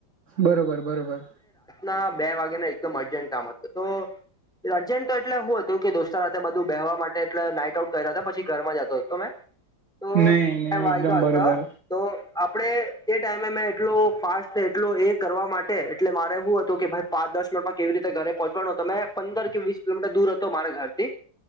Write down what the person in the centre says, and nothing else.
ના બે વાગે ને એકદમ અર્જન્ટ કામ હતું તો અરજન્ટ તો એટલે હુ હતું કે દોસ્તાર સાથે બધું બેહવા માટે એટલે નાઈટ આઉટ કર્યા હતા પછી ઘરમાં જતો હતો મેં તો
બે
વાયગા
હતા તો આપણે એ ટાઈમે મે એટલું ફાસ્ટ થે એટલુ એ કરવા માટે એટલે મારે હુ હતું કે ભાઈ પાંચ દસ મિનિટમાં કેવી રીતે ઘરે પહોંચવાનો તમે પંદર કે વીસ વીસ કિલોમીટર દૂર હતો મારા ઘરથી